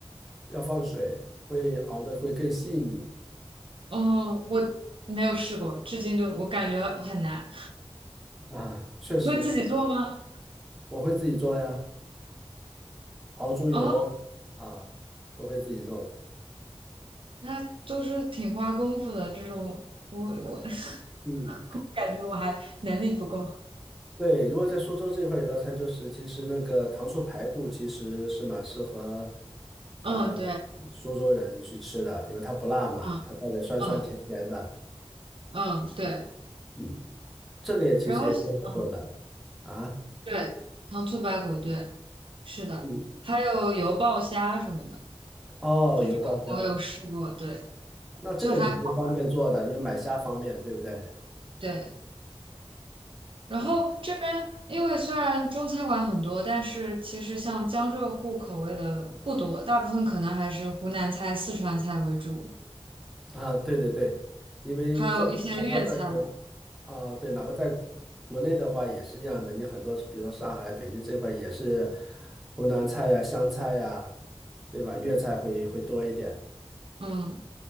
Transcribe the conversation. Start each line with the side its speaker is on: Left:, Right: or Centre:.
Centre: 要放水，会熬的会更细腻
Right: 过，哦，我没有试过，至今就我感觉很难。
Centre: 啊。确实，
Right: 会自己做吗？
Centre: 我会自己做呀，熬猪油啊，
Right: 哦，
Centre: 都会自己弄。
Right: 那都是挺花功夫的这种，我我 <laughs>
Centre: 嗯，
Right: 我感觉我还能力不够。
Centre: 对，如果在苏州这一块有道菜，就是其实那个糖醋排骨其实是蛮适合
Right: 嗯，
Centre: 呃
Right: 对，
Centre: 苏州人去吃的，因为它不辣嘛，
Right: 嗯嗯
Centre: 它带点酸酸甜甜的。
Right: 嗯，对，
Centre: 嗯，这个也其实也挺好做的啊。
Right: 然后嗯对，糖醋排骨，对，是的，
Centre: 嗯。
Right: 还有油爆虾什么的，
Centre: 哦，
Right: 这种我有试过，
Centre: 油爆虾，
Right: 对，
Centre: 那这个你是方便做的，
Right: 就还好，
Centre: 因为买虾方便，对不对？
Right: 对。然后这边因为虽然中餐馆很多，
Centre: 嗯，
Right: 但是其实像江浙沪口味的不多，大部分可能还是湖南菜、四川菜为主，
Centre: 啊，对对对，因为在哪怕在国
Right: 还有一些粤菜吧。
Centre: 啊，对，哪怕在国内的话也是一样的，你很多比如说上海、北京这块儿也是湖南菜呀、湘菜呀，对吧？粤菜会会多一点。
Right: 嗯，